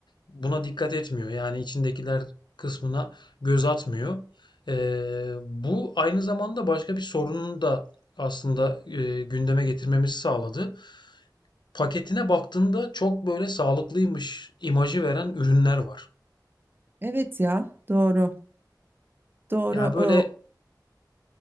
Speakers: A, on the left; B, on the right.
A: buna dikkat etmiyor. Yani içindekiler kısmına göz atmıyor. E, bu aynı zamanda başka bir sorunu da aslında e, gündeme getirmemizi sağladı. Paketine baktığında çok böyle sağlıklıymış imajı veren ürünler var.
B: Evet ya doğru. Doğru.
A: Yani böyle
B: E,